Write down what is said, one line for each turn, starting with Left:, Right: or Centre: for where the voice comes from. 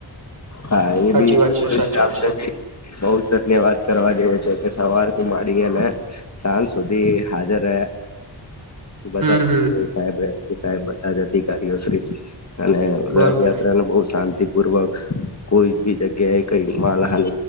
Left: હા એ
Right: સાચી
Left: બી
Right: વાત
Left: બોલું
Right: સાચી
Left: છે
Right: વાત
Left: આમ બૌ સત્ય વાત કરવા જોઈએ છે કે સવાર થી માંડીએ ને સાંજ સુધી હાજર રહે.
Right: <inaudible>
Left: બધા
Right: હમ
Left: સાહેબ સાહેબ બધા જ અધિકારીઓ શ્રી અને
Right: બરોબર
Left: રથયાત્રાને બહ શાંતિપૂર્વક કોઈ બી જગ્યાએ કઈ માલહાન